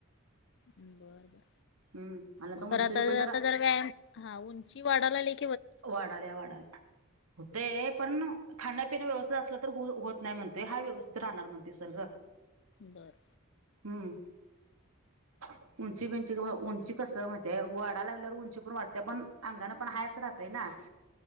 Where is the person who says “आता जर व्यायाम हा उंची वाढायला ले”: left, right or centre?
Left